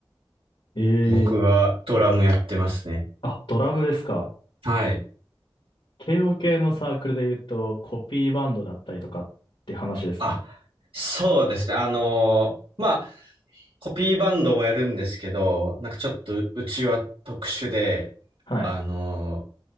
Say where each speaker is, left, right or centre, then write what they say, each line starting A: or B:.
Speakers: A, on the left; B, on the right.
A: ええ
B: 僕はドラムやってますね。
A: あ、ドラムですか。
B: はい。
A: 慶応系のサークルで言うと、コピーバンドだったりとかって話ですかね。
B: あ、そうですね。あの、まあ、コピーバンドもやるんですけど、なんかちょっとうちは特殊で、
A: はい。
B: あの、